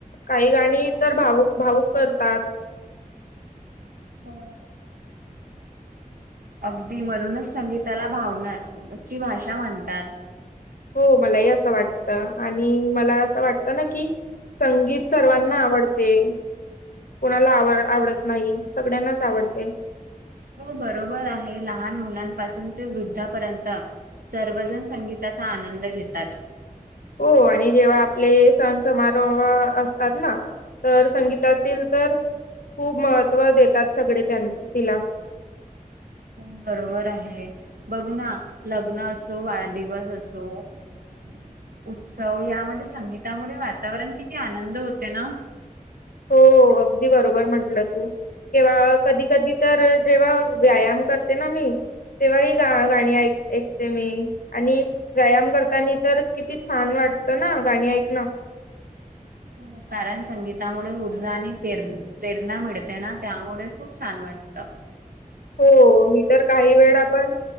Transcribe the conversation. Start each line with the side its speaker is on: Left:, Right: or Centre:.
Left: काही गाणी ती तर भाऊक-भाऊक करतात.
Right: हो. अगदी म्हणूनच संगीताला भावनाची भाषा म्हणतात.
Left: हो मलाही असं वाटत आणि मला असं वाटतं ना कि संगीत सर्वांना आवडते, कोणाला आवड-आवडत नाही सगळ्यांनाच आवडते.
Right: हो बरोबर आहे. लहान मुलांपासून ते वृद्धापर्यंत सर्वजण संगीताचा आनंद घेतात.
Left: हो आणि जेव्हा आपले सण समारोह असतात ना? तर संगीतातील तर खूप महत्त्व देतात सगळे त्यां तिला.
Right: <inaudible> बरोबर आहे बघ ना लग्न असो, वाढदिवस असो, <inaudible> उत्सव यामध्ये संगीतामुळे वातावरण किती आनंद होते ना?
Left: हो अगदी बरोबर म्हंटलं तू केव्हा कधी-कधी तर जेव्हा व्यायाम करते ना मी. तेंव्हा ही गा-गाणी ऐक-ऐकते मी आणि व्यायाम करतानी तर किती छान वाट वाटत ना गाणी ऐकणं.
Right: हो. कारण संगीतामुळे ऊर्जा आणि प्रेरणा मिळते ना, त्यामुळे खूप छान वाटत.
Left: हो, मी तर काही वेळ पण